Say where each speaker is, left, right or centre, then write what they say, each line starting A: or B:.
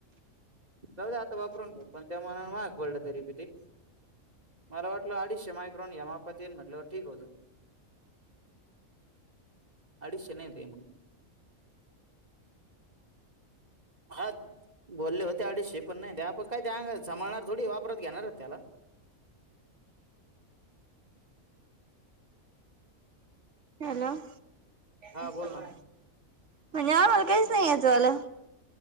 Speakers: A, on the right (about 30°); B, on the right (about 60°).
A: जाऊ द आता वापरून घेऊ पण ते मनानं महाग पडलं तरी बी ते मला वाटलं अडीचशे मायक्रोन या मापात येनन म्हटल्यावर ठीक होतं. अडीशे नाही ते हा बोलले होते अडीचशे पण नाही ते आपण काय ते अ सांभाळणार थोडी वापरत घेणार त्याला
B: हॅलो <unintelligible>
A: हा बोल ना
B: <unintelligible>